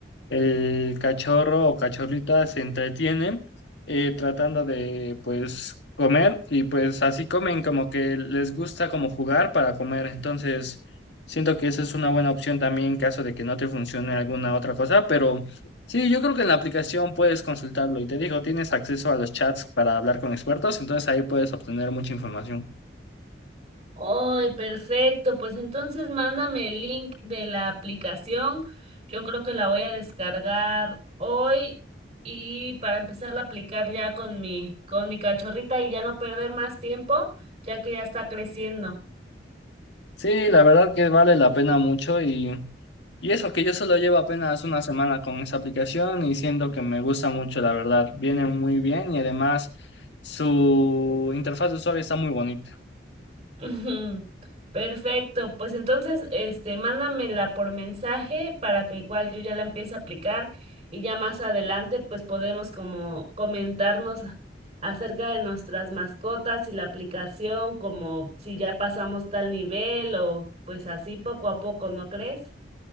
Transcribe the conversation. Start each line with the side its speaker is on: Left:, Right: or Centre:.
Left: el cachorro o cachorrita se entretienen eh, tratando de pues comer y pues así comen como que les gusta como jugar para comer. Entonces siento que esa es una buena opción también en caso de que no te funcione alguna otra cosa, pero sí, yo creo que en la aplicación puedes consultarlo y te digo, tienes acceso a los chats para hablar con expertos, entonces ahí puedes obtener mucha información.
Right: Ay, perfecto. Pues entonces mándame el link de la aplicación. Yo creo que la voy a descargar hoy y para empezar a aplicar ya con mi, con mi cachorrita y ya no perder más tiempo, ya que ya está creciendo.
Left: Sí, la verdad que vale la pena mucho y... Y eso que yo solo llevo apenas una semana con esa aplicación y siento que me gusta mucho, la verdad. Viene muy bien y además su interfaz de usuario está muy bonita.
Right: Ujú. Perfecto, pues entonces, este, mándamela por mensaje para que igual yo ya la empiece a aplicar y ya más adelante pues podemos como comentarnos a- acerca de nuestras mascotas y la aplicación, como si ya pasamos tal nivel o pues así poco a poco, ¿no crees?